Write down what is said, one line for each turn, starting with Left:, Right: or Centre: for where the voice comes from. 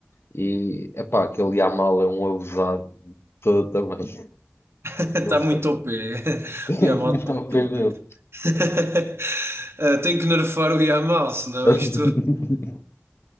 Left: e epá, aquele Yamal é um abusado todo também.
Right: <laughs> Está
Left: Não sei.
Right: muito OP.
Left: <laughs> Tenho
Right: O Yamal
Left: muito
Right: está
Left: ao
Right: muito
Left: pé
Right: OP.
Left: dele.
Right: <laughs> Eh, tem que nerfar o Yamal, senão
Left: <laughs>
Right: isto.